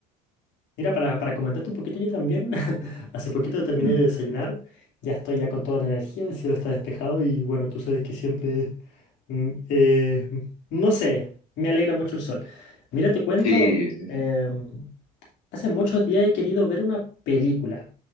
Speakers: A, on the left (about 65°); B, on the left (about 80°).
A: mira, para, para comentarte un poquito yo también, <laughs> hace poquito terminé
B: Mm,
A: de desayunar, ya estoy ya con toda la energía, el cielo está despejado y bueno, tú sabes que siempre, mm, eh, no sé, me alegra mucho el sol. Mira, te cuento,
B: Sí, sí,
A: em,
B: sí.
A: hace muchos días he querido ver una película.